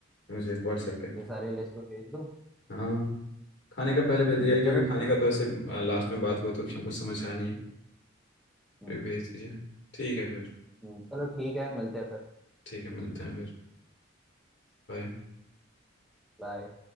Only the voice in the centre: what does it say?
ये सारे लिस्ट पे भेज दो
हम्म,
चलो
ठीक
हम्म
हम्म, चलो ठीक है मिलते हैं फिर
बाय